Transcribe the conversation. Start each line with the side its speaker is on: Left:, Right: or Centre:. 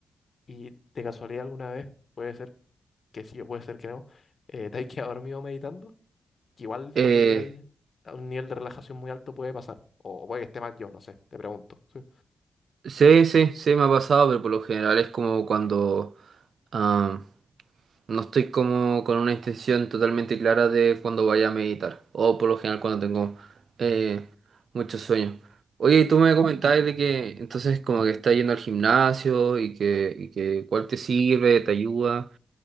Left: ¿Y de casualidad alguna vez puede ser que sí o puede ser que no? eh, ¿te <laughs> has quedado dormido meditando? que igual
Right: Eh,
Left: cuando llegáis a un nivel de relajación muy alto puede pasar. O, o puede que esté mal yo, no sé, te pregunto. Sí.
Right: sí, sí, sí, me ha pasado, pero por lo general es como cuando ah, no estoy como con una intención totalmente clara de cuando vaya a meditar, o por lo general cuando tengo eh, mucho sueño. Oye, y tú me comentabas de que entonces como que estás yendo al gimnasio y que, y que cuál te sirve, te ayuda.